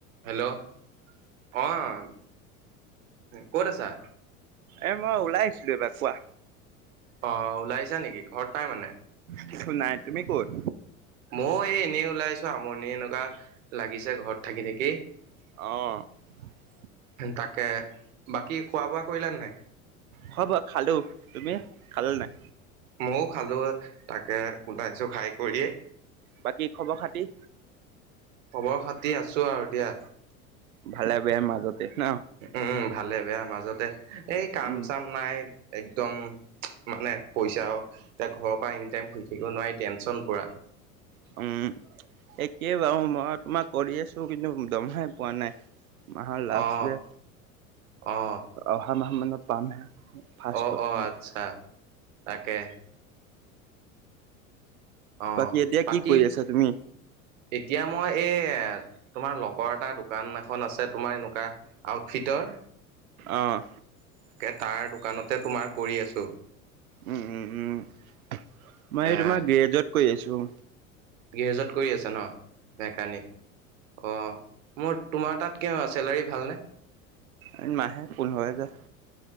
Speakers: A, on the right (about 65°); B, on the right (about 75°).
A: Hello অ'। ক'ত আছা?
B: এ মই ওলাই আহিছিলো এইবাৰ কোৱা।
A: অ ওলাইছা নেকি ঘৰত নাই মানে
B: কিছু নাই তুমি ক'ত?
A: মই এই এনেই ওলাইছো আমণি লগা লাগিছে ঘৰত থাকি থাকি।
B: অ
A: তাকে বাকী খোৱা-বোৱা কৰিলা নে নাই
B: খোৱা বোৱো খালোঁ তুমি খালা নাই
A: মইও খালোঁ তাকে ওলাইছোঁ খাই কৰিয়ে
B: বাকী খবৰ খাতি
A: খবৰ খাতি আছোঁ আৰু দিয়া
B: ভালে বেয়াৰ মাজতে ন
A: উম ভালে-বেয়া মাজতে এই কাম
B: উম
A: চাম নাই <inaudible> মানে পইচা এতিয়া ঘৰৰ পৰা এনি টাইম খুজি থাকিব নোৱাৰি টেনচন পুৰা
B: উম, একেই বাৰু, মই তোমাৰ কৰি আছোঁ কিন্তু দৰমহাই পোৱা নাই। মাহৰ লাষ্ট
A: অ
B: যে,
A: অ
B: অহা মাহমানত পামহে। ফাৰ্ষ্টত
A: অ-অ
B: তোমাৰ
A: আচ্ছা তাকে অ
B: বাকী, এতিয়া
A: বাকী
B: কি কৰি আছা তুমি?
A: এতিয়া মই এই, তোমাৰ লগৰ এটা দোকান এখন আছে, তোমাৰ এনেকুৱা আউটফিট টৰ
B: অহ
A: তাৰ দোকানতে তোমাৰ কৰি আছোঁ।
B: উম, উম, উম। মই,
A: এ
B: এই তোমাৰ গেৰেজত কৰি আছোঁ।
A: গেৰেজত কৰি আছা ন', মেকানিক? অ মোৰ তোমাৰ তাত কিয় চেলাৰী ভালনে?
B: এ, মাহে পোন্ধৰ হাজাৰ।